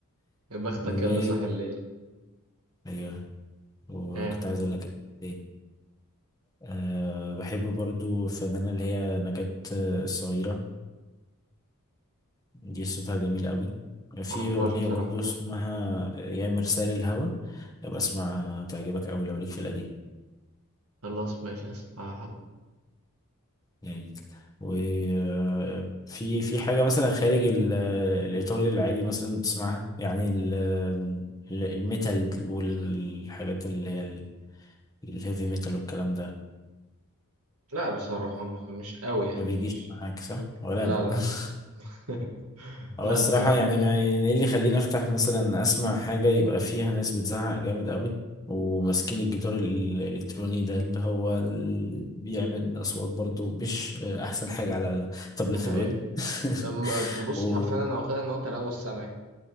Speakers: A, on the right; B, on the left.
A: يا بختك
B: و
A: اللي صاحي الليل
B: ايوه وكنت
A: ها
B: عايز اقول لك ايه أه... بحب برضو الفنانة اللي هي نجاة آه، الصغيرة دي صوتها جميل قوي في
A: ما أعرفهاش
B: أغنية
A: بصراحة
B: برضو اسمها يا مرسال الهوى ابقى اسمعها تعجبك أوي لو ليك في القديم
A: خلاص ماشي هسمعها
B: يعني وفي في حاجة مثلا خارج ال- الإيطالي العادي مثلا بتسمعها يعني ال- ال- الميتال والحاجات اللي هي ال- الهيفي ميتال والكلام ده
A: لا بصراحة ما مش قوي يعني
B: ما بيجيش
A: مش
B: معاك صح ولا
A: لا
B: أنا
A: لا
B: <laughs>
A: <laughs>
B: اه
A: لا
B: الصراحة
A: بصراحة
B: يعني ما يعني ايه اللي يخليني افتح مثلا اسمع حاجة يبقى فيها ناس بتزعق جامد قوي وماسكين الجيتار ال- الالكتروني ده اللي هو ال- بيعمل اصوات برضو مش احسن حاجة على طبلة
A: ده حقيقي
B: الودن
A: لما
B: <laughs>
A: تبص
B: و
A: حرفيا انا واخدها ان هو تلوث سمعي